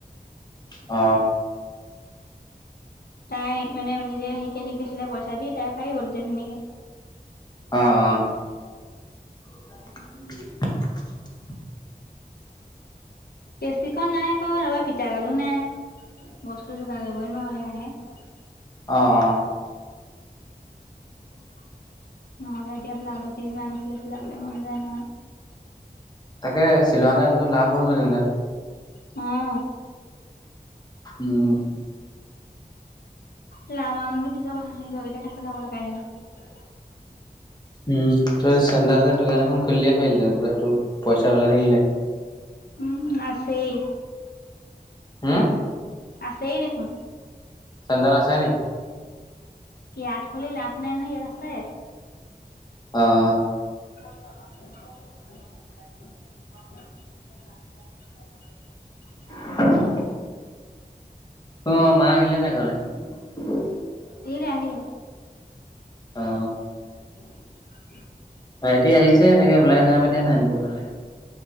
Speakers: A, on the left; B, on the left.
A: অ,
B: তাই মানে নিজে শিকে শিকিছিলে পইচা দি তাই পাই গ'ল হৈ ধুনীয়াকে।
A: অ-অ, <inaudible>
B: কেচি খম নাই আকৌ তৰপা ফিতাডালো নাই বস্তু যোগাৰ কৰিবই নোৱাৰা হৈ আহে। হয় <inaudible>
A: অহ-অহ,
B: <inaudible> নহ'লে এতিয়া ব্লাাজ পিছ যিমান আছিলে চিলাবলে মন যায় নহয়
A: তাকে চিলোৱাহেঁতেন তোৰ লাভ হ'লহেতেন
B: অ
A: উম
B: লৰা মানুহো পিছৰ কথা নিজৰকেইটাকে চিলাবলৈ পাৰিলেহেঁতেন
A: উম তোৰ চা দোকান এখন খুলিয়ে পাৰিলে পুৰা তোৰ পইচা ওলাই থাকিলে
B: উম নাছেই
A: হম
B: আছে দেখোন
A: আন্দাৰ আছে নি
B: ইয়াত খুলি লাভ নাই নহয় ইয়াত আছে
A: অ',
B: <inaudible>
A: <inaudible> অ মা আহিলে নাই ঘৰলৈ
B: হেইৰি আহিলে
A: অ
B: <inaudible>
A: ভাইটি আহিছে তেনেকে ওলাই যাম এতিয়া নাৰায়ণপুৰ ফালে